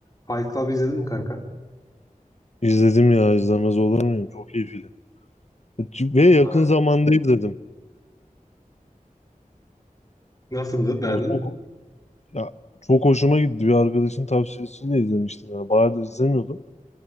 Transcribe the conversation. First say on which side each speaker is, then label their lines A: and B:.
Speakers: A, on the left (about 25°); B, on the left (about 50°).
A: Fight Club izledin mi kanka?
B: İzledim ya izlemez olur muyum? Çok iyi film. Ve yakın
A: Ha.
B: zamanda izledim.
A: Nasıldı? Beğendin
B: O çok
A: mi?
B: ya çok hoşuma gitti. Bir arkadaşın tavsiyesiyle izlemiştim yani. Bayağıdır izlemiyordum.